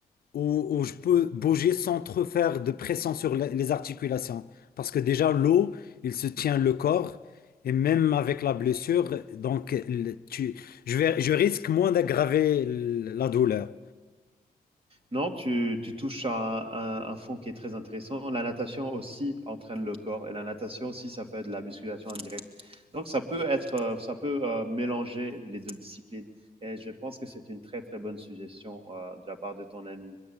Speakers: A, on the left; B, on the right.
A: où, où je peux bouger sans trop faire de pression sur la- les articulations. Parce que déjà, l'eau, il se tient le corps. Et même avec la blessure, donc le- tu, je vais, je risque moins d'aggraver l- la douleur.
B: Non, tu, tu touches à un, un fond qui est très intéressant. La natation aussi entraîne le corps et la natation aussi, ça fait de la musculation indirecte. Donc, ça peut être, euh, ça peut euh, mélanger les deux disciplines. Et je pense que c'est une très, très bonne suggestion euh, de la part de ton ami.